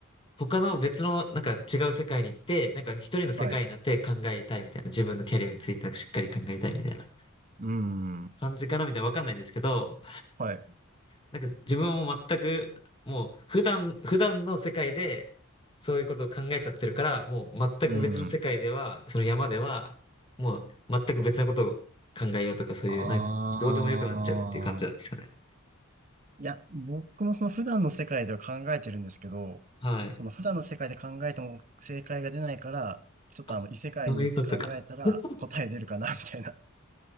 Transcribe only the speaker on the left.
他の別のなんか違う世界に行って、なんか一人の世界になって考えたいみたいな、
自分のキャリアについてなんかしっかり考えたいみたいな
感じかなみたいなわかんないんですけど、
なんか自分はもう全く、もう普段、普段の世界でそういうことを考えちゃってるから、もう全く別の世界では、
その山では、もう全く別のことを考えようとかそういう、
なんかどうでもよくなっちゃうっていう感じなんですよね。
はい。
あ、そういうことか。<laughs>